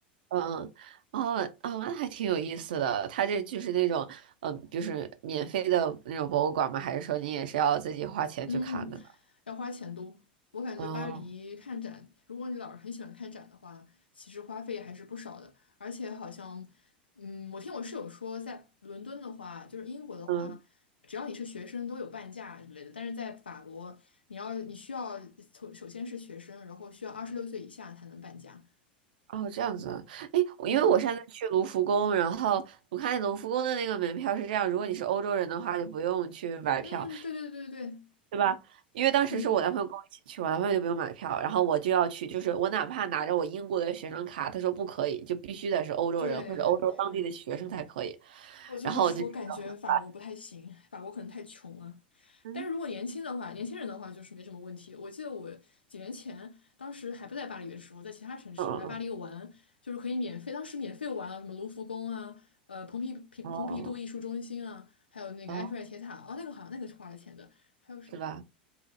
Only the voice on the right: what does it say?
嗯，哦，哦，那还挺有意思的。它这就是那种，嗯，就是免费的那种博物馆吗？还是说你也是要自己花钱去看的呢？
哦，
嗯，
哦，这样子啊。哎，我因为我上次去卢浮宫，
然后我看卢浮宫的那个门票是这样，如果你是欧洲人的话，就不用去买票，
对吧？因为当时是我男朋友跟我一起去，
我男朋友就不用买票，然后我就要去，就是我哪怕拿着我英国的学生卡，他说不可以，就必须得是欧洲人或者欧洲当地的学生才可以。
然后我就觉得。
嗯
嗯嗯，
哦
哦，
是吧？